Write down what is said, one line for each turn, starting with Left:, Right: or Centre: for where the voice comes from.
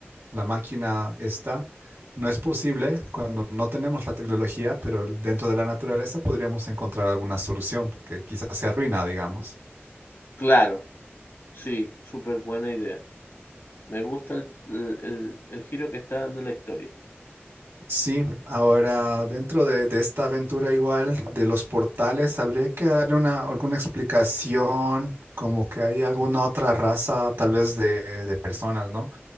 Right: la máquina esta, no es posible cuando no tenemos la tecnología, pero dentro de la naturaleza podríamos encontrar alguna solución, porque quizás se arruina, digamos.
Left: Claro, sí, súper buena idea. Me gusta el, el- el- el giro que está dando la historia.
Right: Sí, ahora dentro de, de esta aventura igual de los portales, habría que darle una, alguna explicación, como que hay alguna otra raza tal vez de, de personas, ¿no?